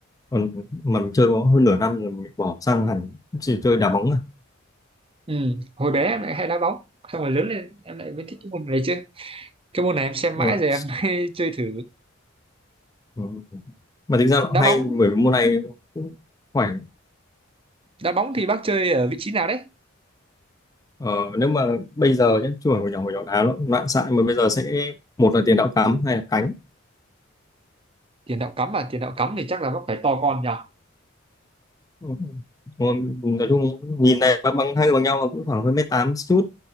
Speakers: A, on the left; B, on the right.
A: còn mà mình chơi có hơn nửa năm rồi mình bỏ sang hẳn chỉ chơi đá bóng à,
B: ừ. hồi bé em lại hay đá bóng xong rồi lớn lên em lại mới thích cái môn này chứ cái môn này em xem
A: à
B: mãi rồi em <laughs> mới chơi thử
A: Ừ. mà tính ra nó
B: đá
A: hay
B: bóng
A: bởi vì môn này cũng khỏe
B: đá bóng thì bác chơi ở vị trí nào đấy
A: ờ, nếu mà bây giờ nhé chứ hồi nhỏ hồi nhỏ đá nó cũng loạn xạ mà bây giờ sẽ một là tiền đạo cắm hay là cánh
B: tiền đạo cắm à tiền đạo cắm thì chắc là bác phải to con nhỉ
A: Ừ. Còn nói chung nhìn này bằng bằng- hai người bằng nhau mà cũng khoảng hơn mét tám chút